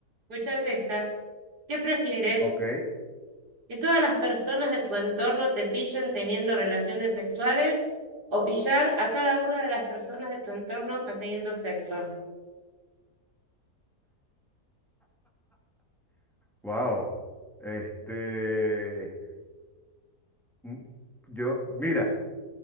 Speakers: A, on the right; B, in the centre.
A: escuchate esta. ¿Qué prefieres?
B: Ok,
A: ¿Que todas las personas de tu entorno te pillen teniendo relaciones sexuales o pillar a cada una de las personas de tu entorno manteniendo sexo?
B: wow. Este, mm, yo, mira,